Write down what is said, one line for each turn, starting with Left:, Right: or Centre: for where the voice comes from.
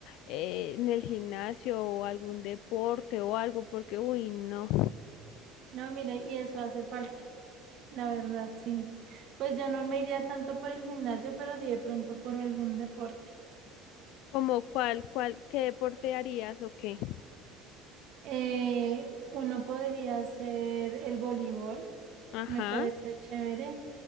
Left: eh, en el gimnasio o algún deporte o algo, porque uy, no.
Right: No, mira, y eso hace falta, la verdad, sí. Pues yo no me iría tanto por el gimnasio, pero sí de pronto por algún deporte.
Left: Como cuál, cuál, qué deporte harías o qué?
Right: Eh, uno podría hacer el voleibol,
Left: Ajá.
Right: me parece chévere.